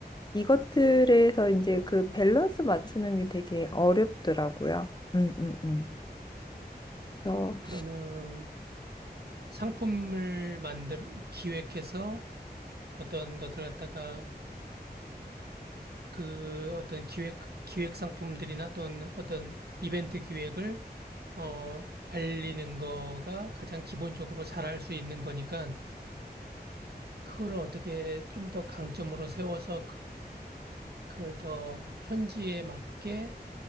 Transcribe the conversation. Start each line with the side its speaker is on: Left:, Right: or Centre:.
Left: 이것들에서 이제 그 밸런스 맞추는 게 되게 어렵더라고요. 음, 음, 음. 그래서
Right: 그러면 상품을 만들, 기획해서 어떤 것들 갖다가 그 어떤 기획, 기획 상품들이나 또는 어떤 이벤트 기획을 어, 알리는 거가 가장 기본적으로 잘할 수 있는 거니까 그거를 어떻게 좀 더 강점으로 세워서 그 그걸 더 현지에 맞게